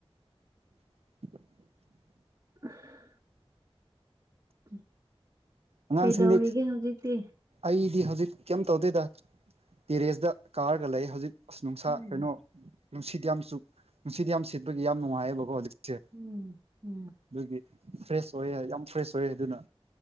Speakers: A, on the right; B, on the right.
A: <inaudible>
B: <inaudible> <inaudible>
A: ꯑꯉꯥꯡꯁꯤꯡꯗꯤ
B: ꯀꯩꯗꯧꯔꯤꯒꯦ ꯍꯧꯖꯤꯛꯇꯤ
A: ꯑꯩꯗꯤ ꯍꯧꯖꯤꯛ ꯀꯩꯝ ꯇꯧꯗꯦꯗ ꯇꯦꯔꯦꯁꯗ ꯀꯥꯔꯒ ꯂꯩ ꯍꯧꯖꯤꯛ ꯑꯁ ꯅꯨꯡꯁꯥ
B: ꯎꯝ
A: ꯀꯩꯅꯣ ꯅꯨꯡꯁꯤꯠ ꯌꯥꯝ ꯆꯨꯞ ꯅꯨꯡꯁꯤꯠ ꯌꯥꯝ ꯁꯤꯠꯄꯒꯤ ꯌꯥꯝ ꯅꯨꯡꯉꯥꯏꯌꯦꯕꯀꯣ ꯍꯧꯖꯤꯛꯁꯦ
B: ꯎꯝ ꯎꯝ
A: ꯑꯗꯨꯒꯤ ꯐ꯭ꯔꯦꯁ ꯑꯣꯏꯌꯦ ꯌꯥꯝ ꯐ꯭ꯔꯦꯁ ꯑꯣꯏꯌꯦ ꯑꯗꯨꯅ